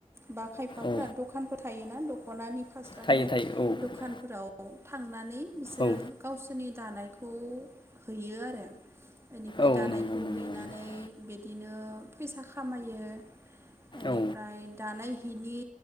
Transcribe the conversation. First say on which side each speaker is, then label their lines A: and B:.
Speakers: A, on the right; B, on the left.
A: बा खायफाफ्रा
B: औ
A: दखानबो थायोना? दखनानि फास्रानि
B: थायो थायो औ
A: दखानफोराव औ थांनानै बिसोरो
B: औ
A: गावसोरनि दानाय खौ हैयो आरो फाय
B: औ
A: दानायखौ
B: नंगौ नंगौ
A: हैनानै बिदिनो फैसा खामायो। एनिफ्राय
B: औ
A: दानाय हिनि